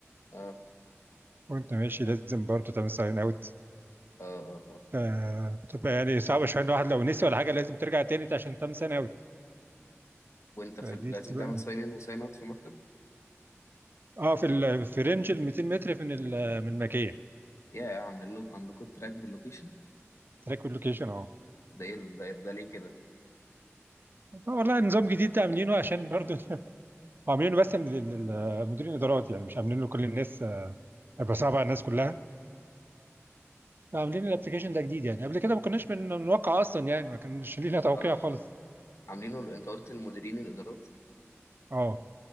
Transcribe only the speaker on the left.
<laughs> اه
اه آه.
وانت في ال-
لازم
تعمل ساين ان وساين اوت في المكتب
يا يا عاملين له عاملكوا تراك باللوكيشن
ده ايه ال- ده, إيه- ده ليه كده
اه
آه. عاملينه ال- انت قلت المديرين الادارات